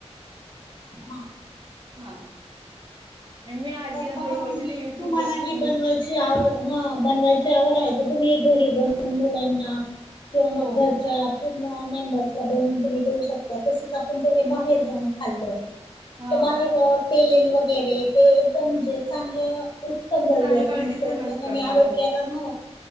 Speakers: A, on the left; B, on the right.
A: हा
B: हा मी आधी
A: तर
B: हळूहळू
A: बघा तुम्ही
B: म्हणजे युट्यूब
A: तुम्हाला
B: वर
A: हे
B: यु
A: बनवायच ची आवड हा बनवायची आवड आहे तर तुम्ही घरी बनवुन मुलांना किंवा मग
B: हो हो
A: घरच्या पुर्ण मेंबर्सला बनवुन तुम्ही देऊ शकता तसच आपण जरी हे बाहेर जाऊन खाल्लं
B: हा
A: तर बाहेर तेल वगैरे ते एकदम म्हणजे चांगल उत्तम दर्जाच
B: चांगलं क्वालिटीचं
A: नसत
B: नसतं
A: त्याच्याने
B: हा
A: आरोग्याला हो